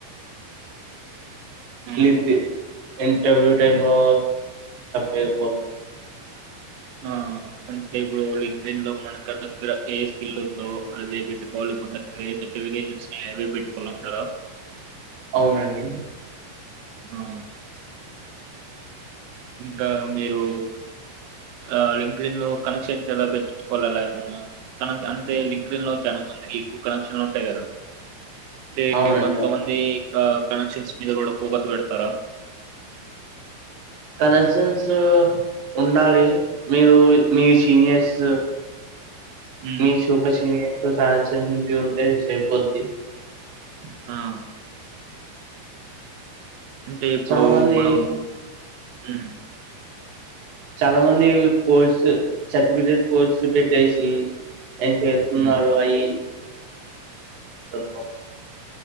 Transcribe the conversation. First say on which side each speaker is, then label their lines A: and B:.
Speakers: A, on the right; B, on the right.
A: ఉమ్,
B: ఎంది ఇంటర్వ్యూ టైమ్ లో <unintelligible>
A: ఆ అంటే ఇప్పుడు లింక్న్ లో మనకు దగ్గర ఏ స్కిల్ ఉందో అదే పెట్టుకోవాలి మన దగ్గర ఏ సర్టిఫికేషన్స్ అవి పెట్టుకోవాలింటారా.
B: అవునండి
A: ఆ ఇంకా మీరు ఆ లింక్డిన్ లో కనెక్షన్స్ ఎలా పెంచుకోవాలలా ఏమన్నా కనె అంటే లింక్డిన్ లో చాలా మందికి ఎక్కువ కనెక్షన్లు ఉంటాయి కదా అంటే
B: అవునండి
A: కొంతమందీ ఆ కనెక్షన్స్ మీద కూడ ఫోకస్ పెడతార
B: కనెక్షన్ సు ఉండాలి మీరు మి సీనియర్స్
A: హ్మ్.
B: మీ సూపర్ సీనియర్ <unintelligible>
A: ఆ అంటే ఇప్పుడు
B: చాలా మంది
A: మనం హు
B: చాల మంది కోర్స్ సర్టిఫికేట్ కోర్స్ ప్రిపేర్ చేసి అ చేస్తున్నారు
A: హ్మ్.
B: అయి <unintelligible>